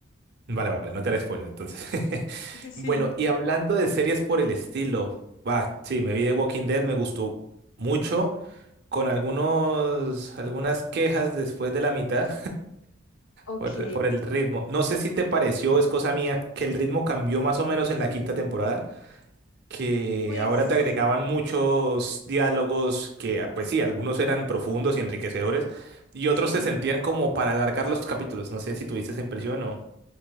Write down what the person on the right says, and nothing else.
Vale, vale, no te haré spoiler entonces. <laughs>
Bueno, y hablando de series por el estilo, va, sí, me vi de Walking Dead, me gustó mucho, con algunos, algunas quejas después de la mitad.
por, por el ritmo. No sé si te pareció, es cosa mía, que el ritmo cambió más o menos en la quinta temporada, que
ahora te agregaban muchos diálogos que, ah, pues sí, algunos eran profundos y enriquecedores, y otros
se sentían como para alargar los capítulos. No sé si tuviste esa impresión o